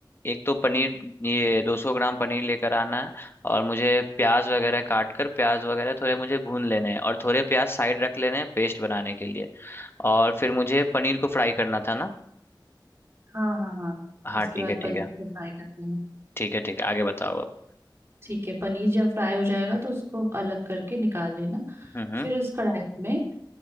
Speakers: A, on the left; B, on the right.
A: एक तो पनीर ये 200 ग्राम पनीर लेकर आना है और मुझे प्याज वगैरह काट कर प्याज वगैरह थोड़े मुझे भून लेने हैं और थोड़े प्याज साइड रख लेने हैं पेस्ट बनाने के लिए और फिर मुझे पनीर को फ्राई करना था ना
B: हाँ हाँ हाँ
A: हाँ
B: उसके
A: ठीक
B: बाद
A: है ठीक
B: पनीर
A: है
B: को फ्राई करना है
A: ठीक है ठीक है आगे बताओ अब
B: ठीक है पनीर जब फ्राई हो जाएगा तो उसको अलग करके निकाल लेना
A: हम्म हम्म
B: फिर उस कढ़ाई में